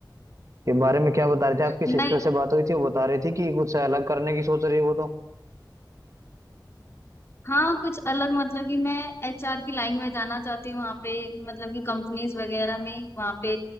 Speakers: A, on the right; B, on the left.
A: के बारे में क्या बता रहे थे आपकी सिस्टर
B: नहीं
A: से बात हुई थी वो बता रही थी कि कुछ अलग करने की सोच रही है वो तो
B: हाँ कुछ अलग मतलब कि मैं एचआर की लाइन में जाना चाहती हूँ वहाँ पे मतलब कि कंपनीज वगैरह में वहाँ पे